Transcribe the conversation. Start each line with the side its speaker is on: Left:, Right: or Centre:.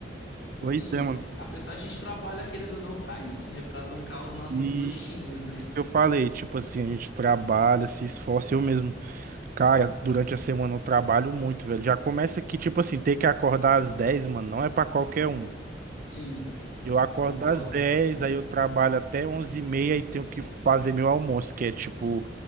Left: Tipo
Right: Pois
Left: assim,
Right: é, mano.
Left: a pessoa, a gente trabalha querendo ou não pra isso, né? Pra bancar os nossos
Right: E
Left: luxinhos, né?
Right: isso que eu falei, tipo assim, a gente trabalha, se esforça. Eu mesmo, cara, durante a semana eu trabalho muito, velho. Já começa que, tipo assim, ter que acordar às 10 mano, não é pra qualquer um.
Left: Sim,
Right: Eu acordo
Left: concordo.
Right: das 10, aí eu trabalho até onze e meia e tenho que fazer meu almoço, que é tipo,